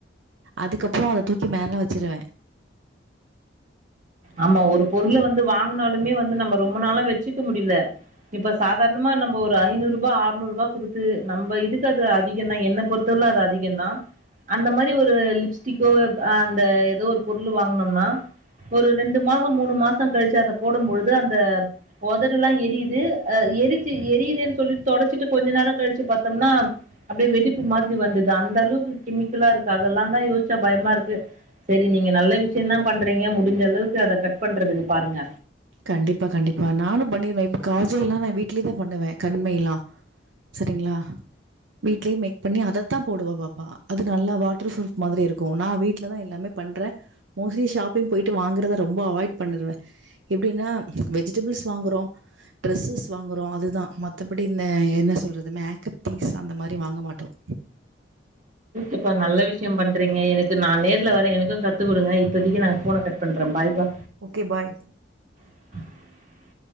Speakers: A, on the right; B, on the right.
A: அதுக்கப்புற அத தூக்கி மேல வச்சிருவே
B: ஆமா ஒரு பொருள வந்து வாங்குனாலுமே வந்து நம்ம ரொம்ப நாளா வச்சுக்க முடில இப்ப சாதாரணமா நம்ம ஒரு ஐநூறு ரூபாய் ஆர்நூறு ரூபா குடுத்து நம்ம இதுக்கு அது அதிகந்தா என்ன பொறுத்தவல அது அதிகந்தா அந்த மாரி ஒரு லிப்ஸ்டிக்கோ அந்த ஏதோ ஒரு பொருளு வாங்குனம்னா ஒரு ரெண்டு மாச மூணு மாச கழிச்சு அத போடும் பொழுது அந்த உதடு எல்லாம் எரியுது அஹ் எரிச்சு எரியுதுன்னு சொல்லிட்டு தொடச்சிட்டு கொஞ்ச நேரம் கழிச்சு பாத்தோம்னா அப்படியே வெடிப்பு மாதிரி வந்தது அந்த அளவுக்கு கெமிக்கலா இருக்கு அதெல்லாந்தா யோசிச்சா பயமா இருக்கு சரி நீங்க நல்ல விஷயந்தா பண்றீங்க முடிஞ்ச அளவுக்கு அத கட் பண்றதுக்கு பாருங்க
A: கண்டிப்பா கண்டிப்பா நானும் பண்ணிருவே இப்ப காஜல் எல்லா நா வீட்லயே தா பண்ணுவே கண்மை எல்லா சரிங்ளா வீட்லயே மேக் பண்ணி அதத்தா போடுவா பாப்பா அது நல்ல வாட்டர் ப்ரூஃப் மாதிரி இருக்கு நா வீட்டுல தா எல்லாமே பண்ற மோஸ்ட்லி ஷாப்பிங் போயிட்டு வாங்குறத ரொம்ப அவாய்ட் பண்ணருவே எப்டின்னா வெஜிடபிள்ஸ் வாங்கறோ டிரெஸ்ஸஸ் வாங்க றோ அதுதா மத்தபடி இந்த என்ன சொல்றது மேக்கப் திங்ஸ் அந்த மாரி வாங்க மாட்டோம்
B: எப்பா நல்ல விஷயம் பண்றீங்க எனக் நா நேர்ல வர்ரே எனக்கு கத்துக் குடுங்க இப்பதைக்கு நா ஃபோன கட் பண்றே பாய்ப்பா
A: ஓகே பாய்
B: <inaudible>